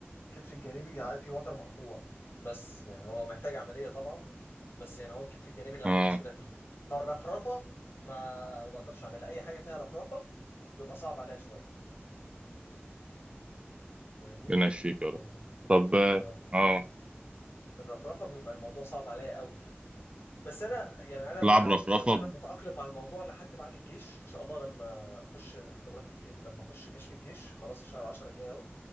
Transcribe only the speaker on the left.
الكتف الجانبي عا- فيه وتر مقطوع بس يعني هو محتاج عملية طبعا بس يعني هو الكتف الجانبي اللي
عندي المشكلة فيه فالرفرفة ما ما بقدرش اعملها اي حاجة فيها رفرفة بيبقى صعب عليا شوية فاهمني
يعني
الرفرفة
الرفرفة بيبقى الموضوع صعب عليا قوي يعني بس انا يعني انا
بلعب
رياضة. انا
متاقلم مع الموضوع لحد بعد الجيش ان شاء الله لما اخش اختبارات الج... لما اخش كشف الجيش خلاص في شهر 10 الجاي اهو